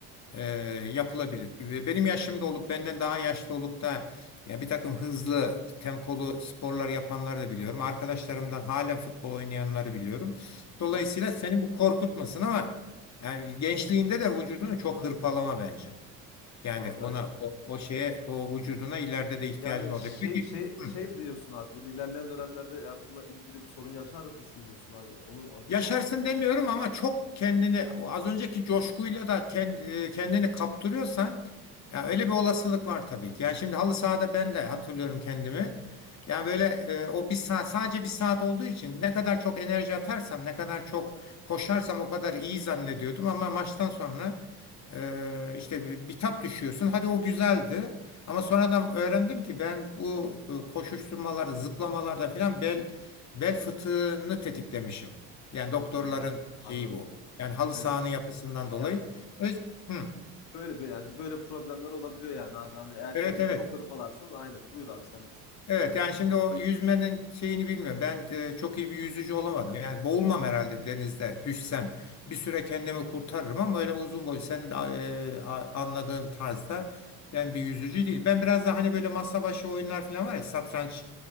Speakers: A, on the left (about 40°); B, on the left (about 70°).
A: E, yapılabilir. Ve Benim yaşımda olup benden daha yaşlı olup da ya bir takım hızlı, tempolu sporlar yapanları da biliyorum. Arkadaşlarımdan halen futbol oynayanları biliyorum.
B: Hı.
A: Dolayısıyla seni bu korkutmasın ama yani gençliğinde de vücudunu çok hırpalama bence. Yani
B: Abi
A: ona
B: bence
A: o,
B: de.
A: o şeye o vücuduna ileride de ihtiyacın
B: Yani
A: olacak.
B: şey
A: Peki.
B: şey
A: hı.
B: şey mi diyorsun abi böyle ilerleyen dönemlerde ya bununla ilgili bir sorun yaşar mısın diyorsun abi. Onu anlamadım
A: Yaşarsın
B: ama tamam.
A: demiyorum ama çok kendini o az önceki coşkuyla da kend- e, kendini kaptırıyorsan
B: Hı
A: ya öyle
B: hı.
A: bir olasılık var tabii ki. Ya şimdi halı sahada ben de hatırlıyorum kendimi. Yani böyle e, o bir saat sadece bir saat olduğu için ne kadar çok enerji atarsam ne kadar çok koşarsam o kadar iyi zannediyordum ama maçtan sonra e, işte bir, bitap düşüyorsun. Hadi o güzeldi ama sonradan öğrendim ki ben bu e, koşuşturmaları zıplamalarda falan bel bel fıtığını tetiklemişim. Yani
B: Hmm,
A: doktorların şeyi
B: anladım.
A: bu. Yani halı
B: Evet.
A: sahanın yapısından dolayı.
B: Ya
A: Öz- Hı.
B: böyle böyle yani böyle problemler olabiliyor yani abi. Hani erkenden
A: Evet evet.
B: çok hırpalarsan aynen. Buyur abi sendeyiz.
A: Evet yani şimdi o yüzmenin şeyini bilmiyorum. Ben de çok iyi bir yüzücü olamadım. Yani boğulmam herhalde denizde düşsem. Bir süre kendimi kurtarırım ama öyle uzun boy senin de, e, a- anladığın tarzda
B: Hı hı.
A: ben bir yüzücü değil. Ben biraz daha hani böyle masa başı oyunlar falan var ya satranç